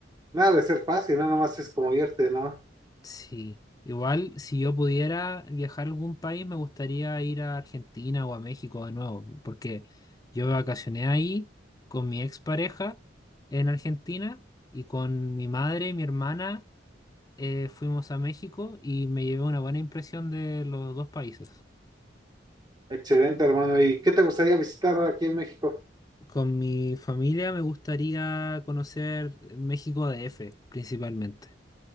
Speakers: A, on the right; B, on the left.
A: nada de ser fácil, nada más es como irte, ¿no?
B: Sí, igual si yo pudiera viajar a algún país me gustaría ir a Argentina o a México de nuevo, porque yo vacacioné ahí con mi expareja en Argentina y con mi madre, mi hermana eh, fuimos a México y me llevé una buena impresión de los dos países.
A: Excelente, hermano. ¿Y qué te gustaría visitar aquí en México?
B: Con mi familia me gustaría conocer México D F principalmente.